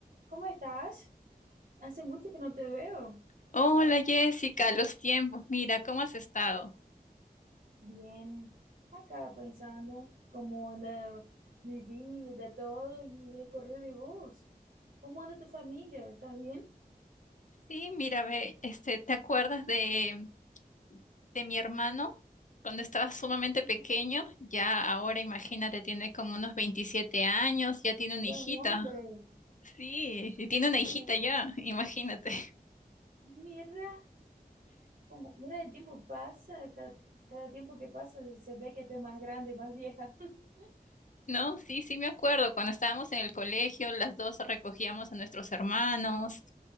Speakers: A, on the right; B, on the left.
A: ¿Cómo estás? Hace mucho que no te veo.
B: Hola Jessica, los tiempos, mira, ¿cómo has estado?
A: Bien, acá pensando cómo anda mi vida, todo y el correr de vos. ¿Cómo anda tu familia? ¿Estás bien?
B: Sí, mira, ve, este, ¿te acuerdas de, de mi hermano? Cuando estaba sumamente
A: Bien,
B: pequeño, ya ahora imagínate, tiene como unos 27 años, ya tiene una
A: ya
B: hijita.
A: es un hombre.
B: Sí, y tiene una hijita
A: Oh,
B: ya, imagínate. <laughs>
A: mira, cómo- mira el tiempo pasa, cada, cada tiempo que pasa se se ve que estoy más grande y más vieja. <laughs>
B: No, sí, sí me acuerdo, cuando estábamos en el colegio, las dos recogíamos a nuestros hermanos.